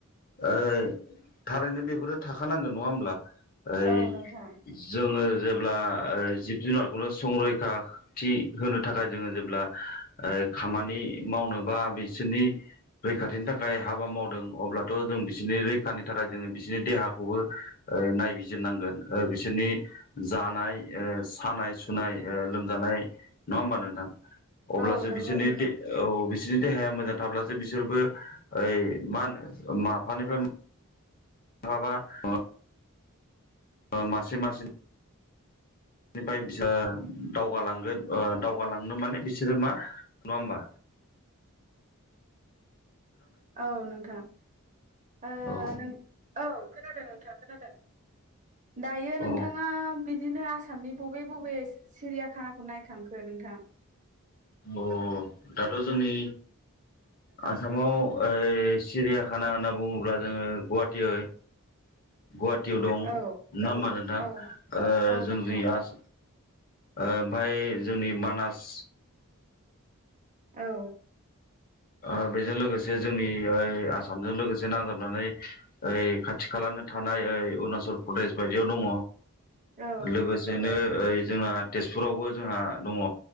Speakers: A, on the left; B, on the right.
A: ओ थारैनो बेफोरो थाखानांगोन नङा होमब्ला? ओइ
B: औ नोंथां
A: जोङो जेब्ला ब्ला जिब जुनारखौनो संरैखाथि होनो थाखाय जोङो जेब्ला खामानि मावनोबा बिसोरनि रैखाथिनि थाखाय हाबा मावदों अब्लाथ' जों बिसोरनि रैखानि थाखाय जोङो बिसोरनि देहाखौबो ओ नायबिजिरनांगोन ओ बिसोरनि जानाय ओ सानाय सुनाय ओ लोमजानाय नङा होमबा नोंथां? अब्लासो
B: औ नंगौ
A: बिसोरनि
B: नोंथां
A: औ बिसोरनि देहाया मोजां थाब्लासो बिसोरबो ओइ मा होनो माफानिफ्राय मा बबा <inaudible> ओ मासे मासेनि बेनिफ्राय बिसोर दावगालांगोन ओ दावगालांनो माने बिसोरो मा नङा होमबा? <unintelligible>
B: औ नोंथां ओ
A: औ
B: नों औ खोनादों नोंथाङा खोनादों दायो नोंथाङा
A: औ
B: बिदिनो आसामनि बबे बबे सिरियाखानाखौ नायखांखो नोंथां?
A: औ दाथ' जोंनि आसामाव ओइ सिरियाखाना होनना बुङोब्ला जोङो गुवाहाटीयाव गुवाहाटियाव दं
B: औ
A: नङा होमबा नोंथाङा
B: औ
A: ओ
B: औ
A: जोंनि
B: नोंथां
A: आसाम ओ ओमफ्राय जोंनि मानास
B: औ
A: ओ बेजों लोगोसे जोंनि ओइ आसामजों लोगोसे नांजाबनानै ओइ खाथि खालानि थानाय ओइ अरुणाचल प्रदेश बायदियाव दङ
B: औ औ
A: लोगोसेनो ओइ जोंना तेजपुरावबो जोंहा दङ।